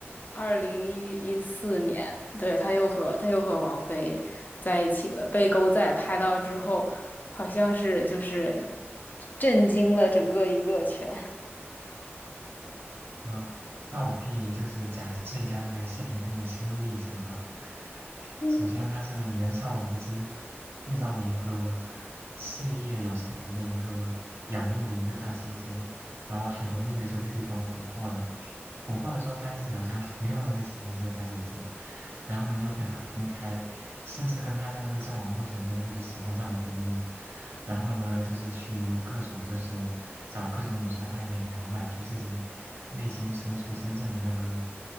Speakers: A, on the left; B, on the right.
A: 二零一一四年，对，他又和他又和王菲在一起了，被狗仔拍到之后，好像是就是震惊了整个娱乐圈。
B: 嗯，那我可以就是假设一下那个谢霆锋的心路历程啊，
A: <laughs>
B: 首先他是年少无知，遇到了一个事业有成的一个仰慕的一个大姐姐，然后很容易的就被对方俘获了。俘获了之后，发现自己好像 <laughs> 没有那么喜欢这个大姐姐，然后呢又跟她分开，甚至跟她在那个交往过程中就是喜欢上了别人，然后呢就是去各种就是找各种女生暧昧来满足自己内心深处真正的那个